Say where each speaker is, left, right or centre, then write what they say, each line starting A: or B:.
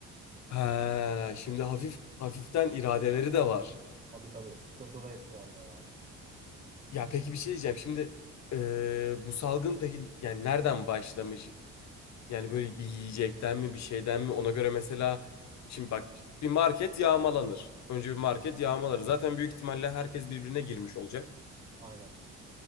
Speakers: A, on the left (about 65°); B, on the right (about 25°).
A: Ha, şimdi hafif hafiften iradeleri de var.
B: tabii tabii sıkıntıdayız şu anda yani.
A: Ya peki bir şey diyeceğim. Şimdi e, bu salgın peki yani nereden başlamış? Yani böyle bir yiyecekten mi bir şeyden mi ona göre mesela şimdi bak bir market yağmalanır. Önce bir market yağmalar. Zaten büyük ihtimalle herkes birbirine girmiş olacak.
B: Aynen.